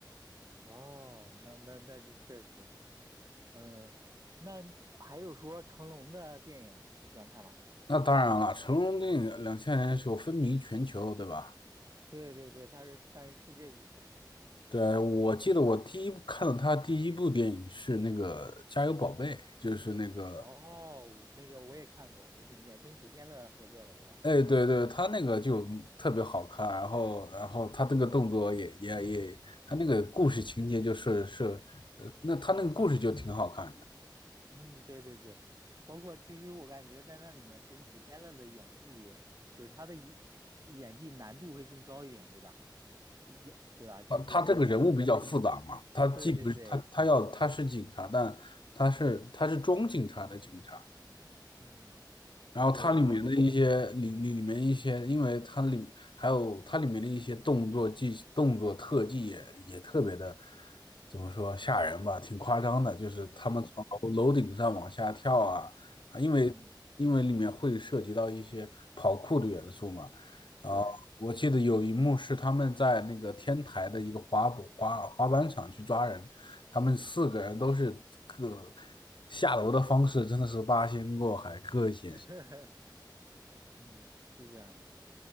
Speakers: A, on the right; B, on the left.
A: 哦，那那那是确实，嗯，那还有说成龙的电影你喜欢看吗？
B: 那当然了，成龙电影两千年的时候风靡全球，对吧？
A: 对对对，他是算是世界巨星了。
B: 对啊，我记得我第一看到他第一部电影是那个《加油宝贝》，就是那个，
A: 哦，我那个我也看过，也挺经典，跟古天乐合作的，对吧？
B: 哎，对对，他那个就特别好看，然后然后他那个动作也也也，他那个故事情节就是是，呃，那他那个故事就挺好看的。
A: 嗯，对对对，包括其实我感觉在那里面，其实古天乐的演技，就是他的演演技难度会更高一点，对吧？演对吧？就是演的那种，
B: 他他这个人物比较复杂嘛，他既不是他他要他是警察，
A: 对对对，
B: 但他是他是装警察的警察，
A: 嗯，
B: 然后它里面的一些里里里面一些，
A: 对，然后
B: 因为它里面还有它里面的一些动作技动作特技也也特别的，怎么说吓人吧，挺夸张的，就是他们从楼楼顶上往下跳啊，啊因为因为里面会涉及到一些跑酷的元素嘛，
A: 嗯，
B: 然后我记得有一幕是他们在那个天台的一个滑步滑滑板场去抓人，
A: 对。
B: 他们四个人都是各下楼的方式真的是八仙过海，各显
A: <laughs> 嗯，是这样的，